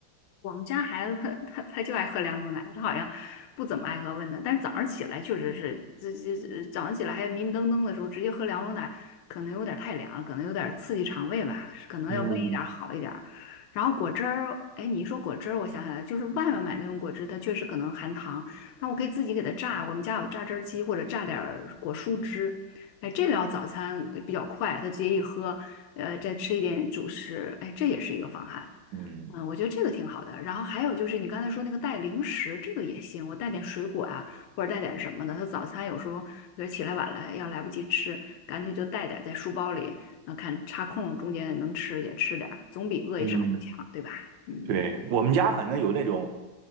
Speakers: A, on the left; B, on the right.
A: 我们家孩子他 <laughs> 他他就爱喝凉牛奶，他好像不怎么爱喝温的，但是早上起来确实是，这这这早上起来还迷迷瞪瞪的时候，直接喝凉牛奶可能有点太凉了，可能有点刺激肠胃吧，可能要温一点儿好一点儿然后果汁儿，
B: 嗯
A: 哎，你一说果汁儿，我想起来了就是外面买那种果汁，它确实可能含糖，但我可以自己给它榨，我们家有榨汁儿机或者榨点儿果蔬汁，哎，这个要早餐呃比较快，他直接一喝，呃，再吃一点主食，哎，这也是一个方案。
B: 嗯
A: 嗯，我觉得这个挺好的。然后还有就是你刚才说那个带零食，这个也行。我带点水果啊，或者带点什么的。他早餐有时候比如起来晚了，要来不及吃，干脆就带点在书包里，那看插空中间能吃也吃点儿总比饿一上午强，
B: 嗯。
A: 对吧？嗯。
B: 对，我们家反正有那种，